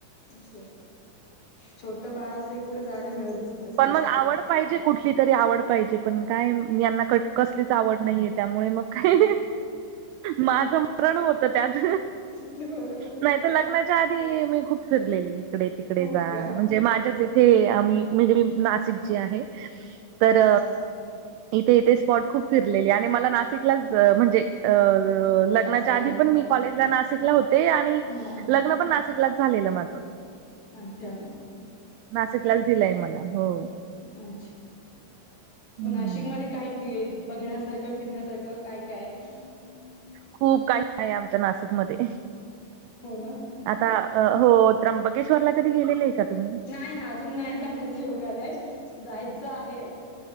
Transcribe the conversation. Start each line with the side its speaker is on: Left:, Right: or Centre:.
Left: स छोटं बाळ असले की, कुठे जायला मिळतच नाही सहसा.
Right: पण मग आवड पाहिजे कुठली तरी आवड पाहिजे पण काय यांना कट कसलीच आवड नाहीये, त्यामुळे मग काही माझं मरण होत त्यात.
Left: ते बरोबर
Right: नाही तर लग्नाच्या आ धी मी खूप फिरलेली इकडे, तिकडे
Left: हो
Right: जा
Left: का हा
Right: म्हणजे माझ्याच इथे आम्ही म्हणजे मी नाशिक ची आहे तर,
Left: हा
Right: इथे इथे स्पॉट खूप फिरलेली आणि मला नाशिकलाच म्हणजे अ लग्नाच्या
Left: सासर आहे
Right: आधी पण, मी कॉलेजला नाशिकला होते आणि
Left: हा
Right: लग्न पण नाशिकलाच झालेलं माझं.
Left: अच्छा.
Right: नाशिकलाच दिलय मला. हो.
Left: अच्छा
Right: हम्म.
Left: मग नाशिक मध्ये काही फि बघण्यासारखं, फिरण्यासारखं काय काय ये?
Right: खूप काही आहे आमच्या नाशिकमध्ये.
Left: हो ना
Right: आता हो. त्र्यंबके्शवरला कधी गेलेले आहे का तुम्ही?
Left: नाही ना अजून नाही जाण्याच योग आलय, जायचं आहे